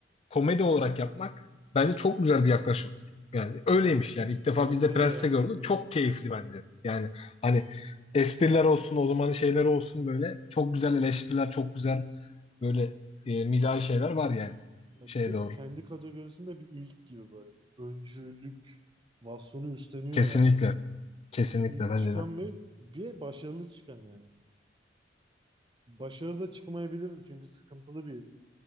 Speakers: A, on the left; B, on the right.
A: komedi olarak yapmak bence çok güzel bir yaklaşım. Yani öyleymiş
B: Ben
A: yani. İlk
B: bence
A: defa biz de Prens'te
B: de yani
A: gördük.
B: böyle
A: Çok keyifli bence. Yani hani espriler olsun, o zamanın şeyleri olsun böyle çok güzel eleştiriler, çok güzel böyle e, mizahi şeyler var yani.
B: Ya
A: Şeye
B: bir de
A: doğru.
B: kendi kategorisinde bir ilk gibi böyle öncülük vasfını üstleniyor
A: Kesinlikle.
B: yani.
A: Kesinlikle
B: İlk
A: bence
B: çıkan
A: de.
B: ve bir başarılı çıkan yani. Başarılı da çıkmayabilirdi çünkü sıkıntılı bir